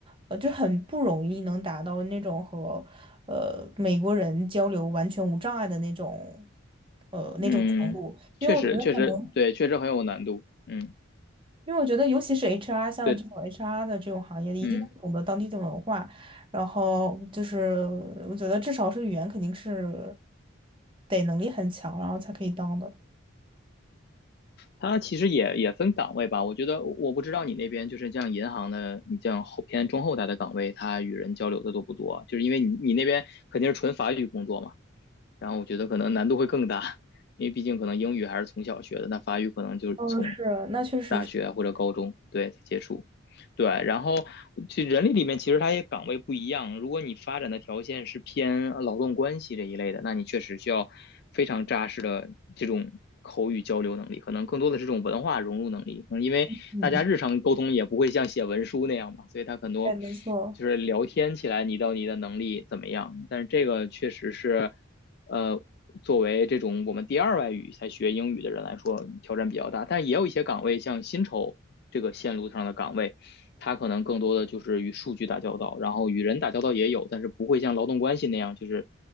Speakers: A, on the right; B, on the left.
A: 呃，就很不容易能达到那种和呃美国人交流完全无障碍的那种呃那种程度，
B: 嗯，
A: 因为我觉得可能。
B: 确实，确实，对，确实很有难度。嗯，
A: 因为我觉得，尤其是 HR 像这种
B: 对，
A: HR 的这种行业，一定要懂得当地的文化。
B: 嗯，
A: 然后就是，我觉得至少是语言肯定是得能力很强，然后才可以当的。
B: 它其实也也分岗位吧。我觉得我不知道你那边就是像银行的，你像后偏中后台的岗位，它与人交流的多不多？就是因为你你那边肯定是纯法语工作嘛，然后我觉得可能难度会更大，因为毕竟可能英语还是从小学的，那法语可能就是从
A: 嗯，是，那确实是，
B: 大学或者高中对才接触。对，然后这人力里面其实它也岗位不一样，如果你发展的条件是偏劳动关系这一类的，那你确实需要非常扎实的这种口语交流能力，可能更多的是这种文化融入能力。嗯，因为大家日常沟通也不会像写文书那样嘛，
A: 嗯，嗯
B: 所以它很多
A: 对，没错，
B: 就是聊天起来你到你的能力怎么样，但是这个确实是，呃。作为这种我们第二外语才学英语的人来说，挑战比较大，但也有一些岗位，像薪酬这个线路上的岗位，他可能更多的就是与数据打交道，然后与人打交道也有，但是不会像劳动关系那样就是